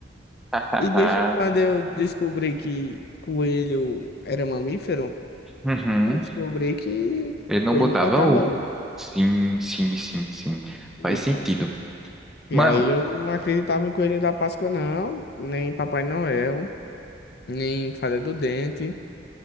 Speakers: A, in the centre; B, on the left.
A: <laughs>
B: E desde quando eu descobri que coelho era mamífero,
A: Uhum.
B: eu descobri que
A: Ele não
B: coelho
A: botava
B: não botava
A: ovo.
B: ovo
A: Sim, sim, sim, sim.
B: e
A: Faz sentido.
B: tal. E
A: Mano,
B: aí eu não acreditava em coelho da Páscoa, não, nem em Papai Noel, nem em fada do dente,